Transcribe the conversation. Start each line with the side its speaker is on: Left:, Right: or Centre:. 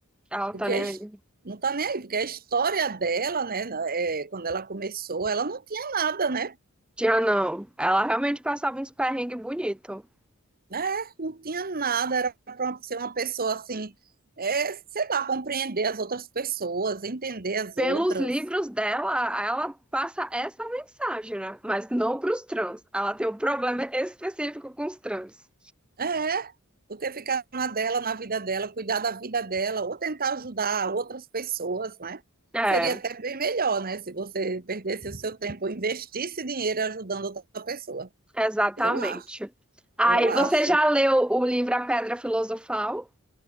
Centre: Ela
Right: porque
Centre: tá nem
Right: a his-
Centre: aí.
Right: não está nem aí, porque a história dela, né, na- é, quando ela começou, ela não tinha nada, né?
Centre: Tinha não. Ela realmente passava uns perrengues bonito.
Right: É, não tinha nada, era para ser uma pessoa assim, é, sei lá, compreender as outras pessoas, entender as
Centre: Pelos
Right: outras.
Centre: livros dela, ela passa essa mensagem, né? Mas não pros trans. Ela tem um problema específico com os trans.
Right: É, do que ficar na dela, na vida dela, cuidar da vida dela, ou tentar ajudar outras pessoas, né?
Centre: É,
Right: Seria até bem melhor, né? Se você perdesse o seu tempo, investisse dinheiro ajudando outra pessoa.
Centre: exatamente.
Right: Eu acho,
Centre: Aí,
Right: eu acho.
Centre: você já leu o livro A Pedra Filosofal?